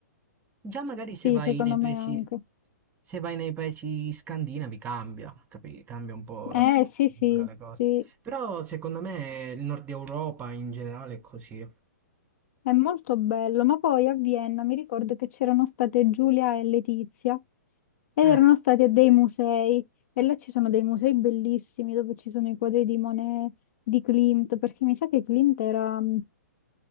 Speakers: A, on the right; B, on the left.
A: Già magari se
B: Sì,
A: vai
B: secondo
A: nei
B: me
A: paesi,
B: anche.
A: se vai nei paesi scandinavi cambia, capi? Cambia un po' la
B: Eh,
A: struttura,
B: sì, sì,
A: le cose.
B: sì.
A: Però secondo me il nord Europa in generale è così.
B: È molto bello, ma poi a Vienna mi ricordo che c'erano state Giulia e Letizia ed erano
A: Eh,
B: stati a dei musei e là ci sono dei musei bellissimi dove ci sono i quadri di Monet, di Klimt, perché mi sa che Klimt era,